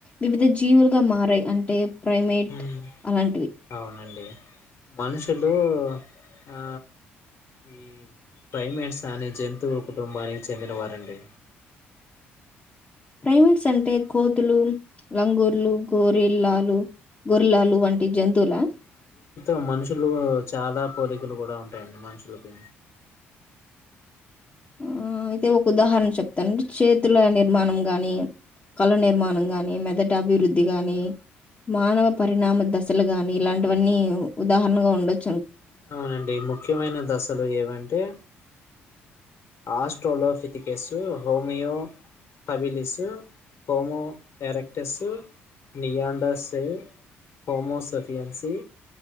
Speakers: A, on the left (about 25°); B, on the left (about 50°).
A: వివిధ జీవులుగా మారాయి అంటే ప్రైమేట్
B: మ్మ్
A: అలాంటివి
B: అవునండి మనుషులు ఆ ఈ ప్ర్లైమేట్స్ అనే జంతువుల కుటుంబానికి చెందినవారండి
A: ప్రైమేట్స్ అంటే కోతులు లంగూర్లు గోరెల్లాలు గొరలాలు వంట జంతువులా
B: మ మనుషులు చాలా పోలికలు కూడా ఉంటాయండి మనుషులకి
A: ఆ అయితే ఒక ఉదాహరణ చెప్తానుంటే చేతుల నిర్మాణం గాని కళ నిర్మాణం గాని మెదట అభివృద్ధి గాని మానవ పరిణామ దశలు గాని ఇలాంటివన్నీ ఉదాహరణగా ఉండొచ్చు
B: అవునండి ముఖ్యమైన దశలు ఏవంటే australopithecus homo habilis homo కరెక్టర్స్ నీయాడాస్ హోమోసఫీ P N C